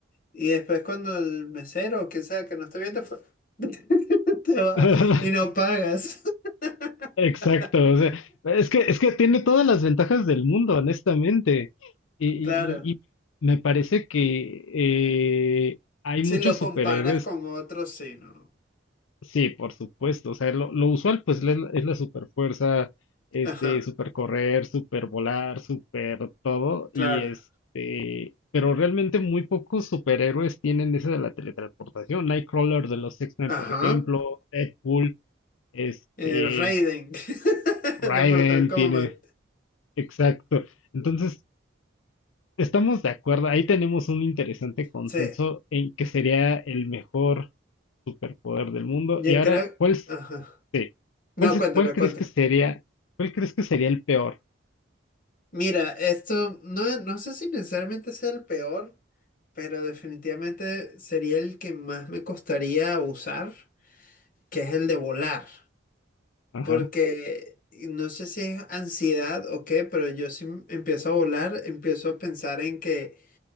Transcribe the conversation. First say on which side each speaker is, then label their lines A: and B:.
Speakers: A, on the left; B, on the left.
A: Y después cuando el mesero, o quien sea, que no esté viendo, <laughs> te va
B: <laughs>
A: y no pagas. <laughs>
B: Exacto, o sea, es que, es que tiene todas las ventajas del mundo, honestamente. Y, y-
A: Claro.
B: y- y me parece que eh, hay
A: Si
B: muchos
A: lo comparas
B: superhéroes,
A: con otros, sí, ¿no?
B: sí, por supuesto. O sea, lo, lo usual pues es la, es la superfuerza, este,
A: Ajá,
B: supercorrer, supervolar, super todo.
A: claro.
B: Y este, pero realmente muy pocos superhéroes tienen esa de la teletransportación. Nightcrawler de los X-Men, por
A: Ajá.
B: ejemplo, Deadpool, este,
A: Eh, Raiden <laughs>
B: Raiden
A: de Mortal Kombat.
B: tiene. Exacto. Entonces, estamos de acuerdo. Ahí tenemos un interesante consenso
A: Sí,
B: en que sería el mejor superpoder del mundo.
A: yo
B: Y ahora,
A: creo...
B: ¿cuál s-
A: Ajá.
B: Sí.
A: No,
B: cuál se-
A: cuéntame,
B: cuál crees
A: cuéntame.
B: que sería, cuál crees que sería el peor?
A: Mira, esto no, no sé si necesariamente sea el peor, pero definitivamente sería el que más me costaría usar, que es el de volar.
B: Ajá.
A: Porque no sé si es ansiedad o qué, pero yo si empiezo a volar, empiezo a pensar en que